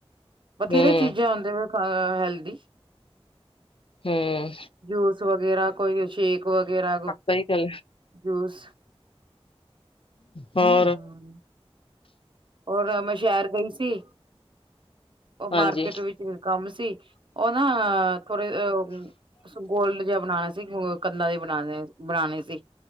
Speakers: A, on the right; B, on the left.
A: ਬਥੇਰੇ
B: ਹੂੰ
A: ਚੀਜ਼ਾਂ ਹੁੰਦੇ ਵੇ ਆਅ ਹੈਲਦੀ।
B: ਹਂ।
A: ਜੂਸ ਵਗੈਰਾ, ਕੋਈ ਸ਼ੇਕ ਵਗੈਰਾ ਹੋ,
B: ਸਹੀ ਗੱਲ
A: ਜੂਸ।
B: ਹੋਰ?
A: ਹਮ ਔਰ ਮੈਂ ਸ਼ਹਿਰ ਗਈ ਸੀ। ਓ
B: ਹਾਂਜੀ
A: ਮਾਰਕੀਟ ਵਿੱਚ ਕੰਮ ਸੀ, ਓ ਨਾ ਥੋੜੇ ਓਂ ਗੋਲਡ ਜਿਆ ਬਣਾਣਾ ਸੀ, ਕੰਨਾਂ ਦੇ ਬਣਾਣੇ ਬਣਾਣੇ ਸੀ।